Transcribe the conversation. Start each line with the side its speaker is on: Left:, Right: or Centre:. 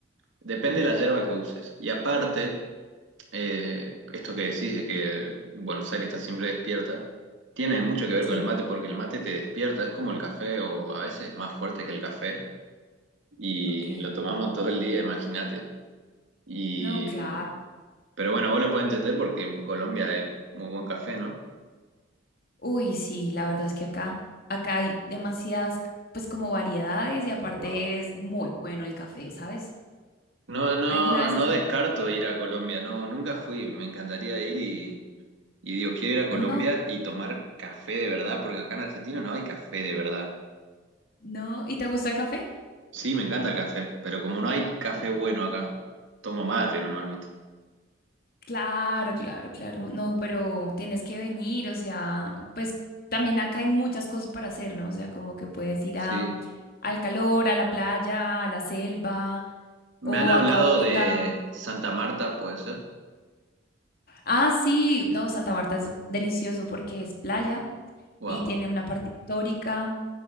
Right: Depende
Left: Sí.
Right: de la yerba que uses. Y aparte... eh, esto que decís de que Buenos Aires está siempre despierta, tiene mucho que ver
Left: Sí,
Right: con el mate porque el mate te despierta, es como el café o a veces más fuerte que el café y
Left: ok.
Right: lo tomamos todo el día, imagínate. Y,
Left: No, claro.
Right: pero bueno, vos lo podés entender porque en Colombia hay muy buen café, ¿no?
Left: Uy, sí, la verdad es que acá, acá hay demasiadas, pues como variedades y aparte
Right: Wow.
Left: es muy bueno el café, ¿sabes?
Right: No, no,
Left: ¿Alguna vez
Right: no
Left: has
Right: descarto
Left: venido?
Right: ir a Colombia, no, nunca fui, me encantaría ir y, y digo, quiero ir a
Left: No,
Right: Colombia y tomar café de verdad porque acá en Argentina no hay café de verdad.
Left: no. ¿Y te gusta el café?
Right: Sí, me encanta el café, pero como no hay café bueno acá, tomo mate nomás, ¿viste?
Left: Claro, claro, claro. No, pero tienes que venir, o sea, pues también acá hay muchas cosas para hacer, ¿no? O sea, como que puedes ir
Right: Sí.
Left: a, al calor, a la playa, a la selva
Right: Me
Left: o
Right: han hablado
Left: acá a Bogotá.
Right: de Santa Marta, ¿puede ser?
Left: Ah, sí, no, Santa Marta es delicioso porque es playa
Right: Wow,
Left: y tiene una parte histórica.